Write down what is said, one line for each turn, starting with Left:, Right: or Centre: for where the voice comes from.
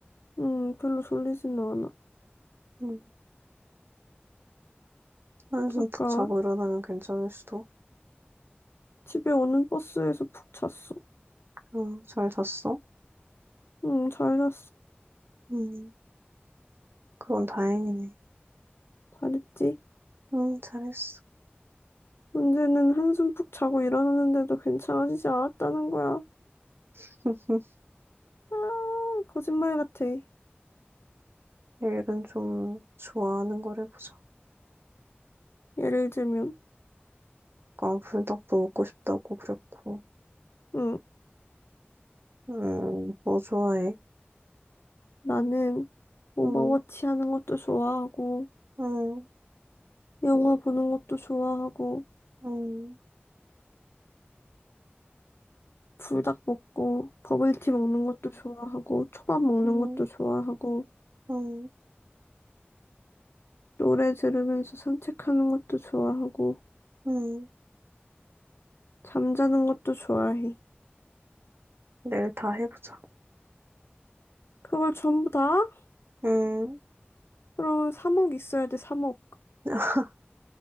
Left: 음, 별로 졸리지는 않아.
Right: 응 한숨
Left: 아까
Right: 푹 자고 일어나면 괜찮을 수도.
Left: 집에 오는 버스에서 푹 잤어.
Right: 응 잘 잤어?
Left: 응, 잘 잤어.
Right: 응 그건 다행이네.
Left: 잘했지?
Right: 응, 잘했어.
Left: 문제는 한숨 푹 자고 일어났는데도 괜찮아지지 않았다는 거야.
Right: <laughs>
Left: 아, 거짓말 같아.
Right: 내일은 좀 좋아하는 걸 해보자.
Left: 예를 들면,
Right: 아까 불닭도 먹고 싶다고 그랬고.
Left: 응,
Right: 음, 뭐 좋아해?
Left: 나는 오버워치
Right: 음,
Left: 하는 것도 좋아하고,
Right: 음,
Left: 영화 보는 것도 좋아하고,
Right: 음,
Left: 불닭 먹고, 버블티
Right: 음,
Left: 먹는 것도 좋아하고, 초밥 먹는
Right: 음,
Left: 것도 좋아하고,
Right: 음,
Left: 노래 들으면서 산책하는 것도 좋아하고,
Right: 음.
Left: 잠자는 것도 좋아해.
Right: 내일 다 해보자.
Left: 그걸 전부 다?
Right: 음,
Left: 그러면 3억 있어야 돼, 3억.
Right: <laughs>